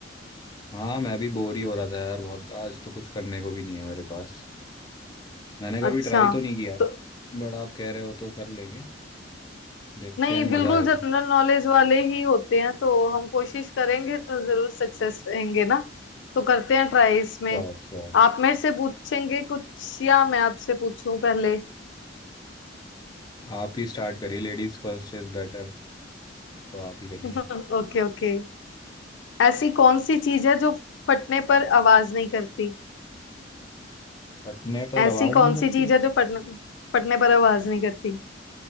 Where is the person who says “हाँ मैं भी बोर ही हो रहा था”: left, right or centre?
Left